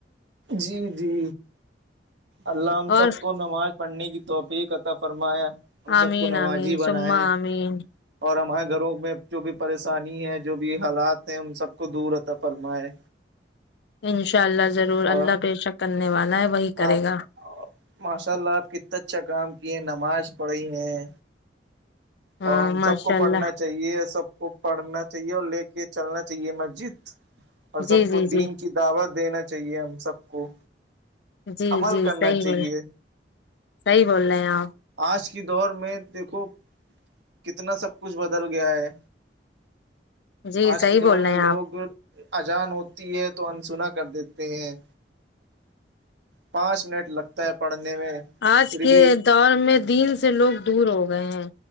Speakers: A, on the right; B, on the left.
A: جی جی الل ہم سب
B: اور
A: کو نماز پڑھنے کی توفی قطا فرمایا ہم
B: آمین
A: سب کو نمازی
B: آمین
A: بنائے
B: سما آمین
A: اور ہمارے گھروں میں جو بھی پریشانی ہے جو بھی حالات ہیں ان سب کو دور رہتا فرمائے
B: انشاء اللہ ضرور اللہ
A: اور
B: پیشک کرنے والا ہے وہی کرے
A: آپ
B: گا
A: ماشاء اللہ آپ کتنا اچھا کام کیے ہیں نماز پڑھی ہیں
B: ہاں
A: اور ہم
B: ماشاء
A: سب کو
B: اللہ
A: پڑھنا چاہ چاہیے سب کو پڑھنا چاہیے اور لے کے چلنا چاہیے مسجد اور
B: جی
A: سب کو
B: جی
A: دین
B: جی
A: کی دعوت دینا چاہیے ہم سب کو
B: جی
A: عمل
B: جی
A: کرنا
B: صحیح
A: چاہیے
B: بول صحیح بول رہے ہیں آپ
A: آج کے دور میں دیکھو کتنا سب کچھ بدل گیا ہے
B: جی
A: آج
B: صحیح
A: کے
B: بول
A: دور
B: رہے
A: میں
B: ہیں
A: لوگ
B: آپ
A: اجان ہوتی ہے تو انسنا کر دیتے ہیں پانچ منٹ لگتا ہے پڑھنے میں
B: آج
A: پھر
B: کے
A: بھی
B: دور میں دن سے لوگ دور ہو گئے ہیں